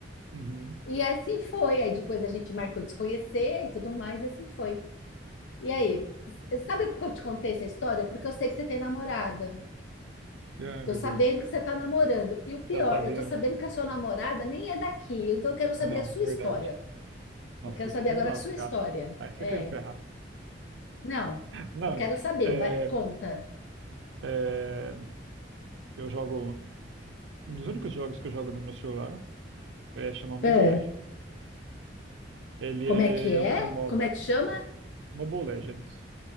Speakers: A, on the right (about 80°); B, on the left (about 75°).
A: Uhum.
B: E assim foi. Aí depois a gente marcou de se conhecer e tudo mais, e assim foi. E aí, sabe por que eu te contei essa história? Porque eu sei que você tem namorada.
A: Ai,
B: Tô
A: meu
B: sabendo
A: Deus.
B: que você tá namorando. E o pior,
A: Já sabia.
B: eu tô sabendo que a sua namorada nem é daqui. Então eu quero saber
A: Não,
B: a sua
A: verdade.
B: história.
A: Nossa,
B: Eu quero
A: aí
B: saber
A: você quer
B: agora
A: me lascar.
B: a sua história.
A: Aí você
B: É.
A: quer me ferrar.
B: Não.
A: Não,
B: Eu quero saber.
A: é,
B: Vai, conta.
A: é, eu jogo. Um dos únicos jogos que eu jogo no meu celular é chama Mobile
B: É.
A: Legends. Ele
B: Como
A: é
B: é que é?
A: um MOBA.
B: Como é que chama?
A: Mobile Legends.